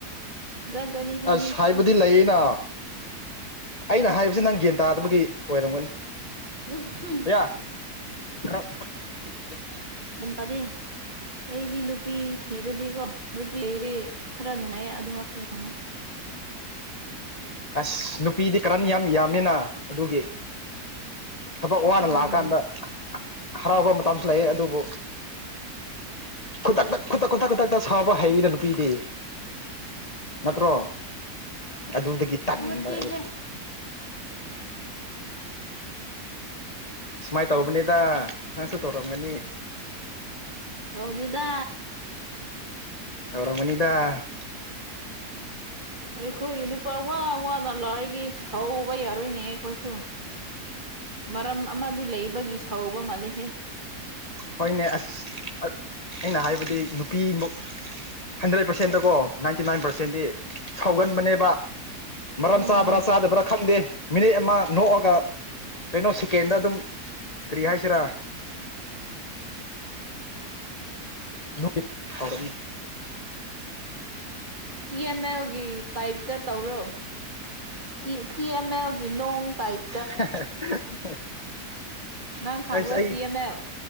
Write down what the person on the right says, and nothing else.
ꯖꯥꯠ ꯖꯥꯠꯅꯤꯍꯦ
ꯃꯤꯁꯦ
ꯎꯝ ꯍꯨꯝ
ꯒꯌꯥꯟ ꯇꯥꯗꯦ ꯑꯩꯗꯤ ꯅꯨꯄꯤ ꯊꯤꯔꯗꯤꯀꯣ ꯅꯨꯄꯤ <unintelligible> ꯈꯔ ꯅꯨꯡꯉꯥꯏꯌꯦ ꯑꯗꯨ ꯉꯥꯛꯇꯅꯤ ꯈꯪꯕ
ꯎꯝ
ꯅꯥꯠꯇꯦꯍꯦ
ꯇꯧꯗꯦꯗ
ꯑꯩꯈꯣꯏ ꯅꯨꯄꯥ ꯋꯥ ꯋꯥꯅ ꯂꯥꯛꯏꯔꯒꯤ ꯁꯧꯕ ꯌꯥꯔꯣꯏꯅꯦ ꯑꯩꯈꯣꯏꯁꯨ ꯃꯔꯝ ꯑꯃꯗꯤ ꯂꯩꯕꯒꯤ ꯁꯧꯕ ꯃꯥꯜꯂꯤꯍꯦ
ꯎꯝ
ꯇꯤ ꯑꯦꯝ ꯑꯦꯜꯒꯤ ꯇꯥꯏꯞꯇ ꯇꯧꯔꯣ ꯇꯤ ꯇꯤ ꯑꯦꯝ ꯑꯦꯜꯒꯤ ꯅꯣꯡ ꯇꯥꯏꯞ
ꯅꯪ ꯈꯪꯕ꯭ꯔꯣ
ꯇꯤ ꯑꯦꯝ ꯑꯦꯜ